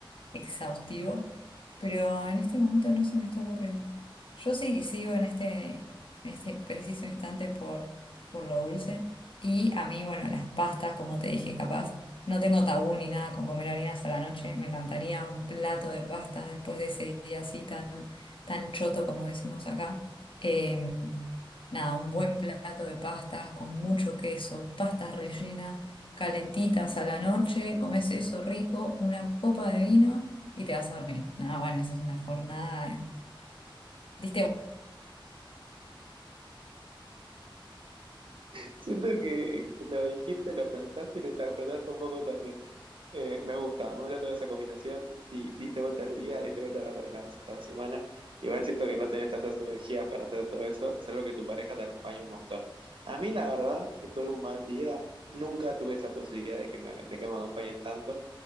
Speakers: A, on the left (about 70°); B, on the right (about 70°).
A: exhaustivo. Pero en este momento no se me está ocurriendo. Yo sí sigo en este, en este preciso instante por, por lo dulce. Y a mí, bueno, las pastas, como te dije, capaz. No tengo tabú ni nada con comer harinas a la noche. Me encantaría un plato de pastas después de ese día así tan, tan choto como decimos acá. Eh, nada, un buen plato de pastas con mucho queso, pastas rellenas, calentitas a la noche, comes eso rico, una copa de vino y te vas a dormir. Nada, bueno, esa es una jornada. eh. Diste
B: Siento que, que lo dijiste, lo pensaste y lo interpretaste un poco también. Eh, me gusta, me gusta toda esa combinación. Sí, diste vuelta al día, diste vuelta a la, la- la semana. Igual siento que no tenés tantas energías para hacer todo eso, salvo que tu pareja te acompañe un montón. A mí, la verdad, después de un mal día, nunca tuve esa posibilidad de que me, hagan- de que me acompañen tanto,